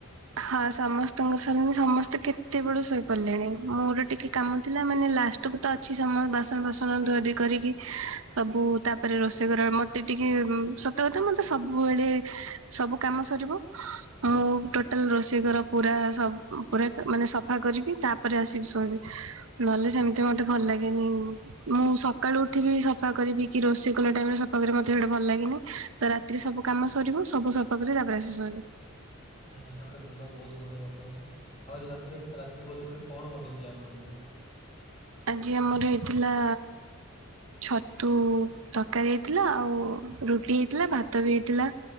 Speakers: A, on the right; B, on the left.
A: ହଁ ସମସ୍ତଙ୍କ <unintelligible> ସମସ୍ତେ କେତେବେଳୁ ଶୋଇପଡିଲେଣି ମୋର ଟିକେ କାମ ଥିଲା ମାନେ ଲାଷ ଟ କୁ ତ ଅଛି ସମ ବାସନ ବାସନ ଧୁଆଧୁଇ କରିକି ସବୁ ତାପରେ ରୋଷେଇ ଘର ମ ମତେ ଟିକେ ଉଁ ସତ କଥା ମତେ ସବୁବେଳେ ସବୁ କାମ ସରିବ ମୁଁ ଟୋ ଟାଲ ରୋଷେଇ ଘର ପୁରା ସବ୍ ଉଁ ପୁରା ଆ ମାନେ ସଫା କରିବି ତାପରେ ଆସିବି ଶୋଇବି। ନହେଲେ ସେମିତି ମତେ ଭଲ ଲାଗେନି। ମୁଁ ସକାଳୁ ଉଠିବି ସଫା କରିବି କି ରୋଷେଇ କଲା ଟାଇମ୍ ରେ ସଫା କରିବି ମତେ ସେଇଟା ଭଲ୍ ଲାଗେନି ତ ରା ତି ରେ ସବୁ କାମ ସରିବ ସବୁ ସଫାକରି ତାପରେ ଆସି ଶୋଇବି।
B: ନାଇଁ ଏଇଟା ଗୋଟେ ଭଲ ବହୁତ ଗୋଟେ ଅଭ୍ୟାସ। ଆଉ ଆଜି ରାତିରେ ରାତ୍ରି ଭୋଜନରେ କଣ ବନେଇଥିଲେ ଆପଣ ଆଜି?
A: ଆଜି ଆମର ହେଇଥିଲା। ଛତୁ ତରକାରୀ ହେଇଥିଲା ଆଉ ରୁଟି ହେଇଥିଲା ଭାତ ବି ହେଇଥିଲା।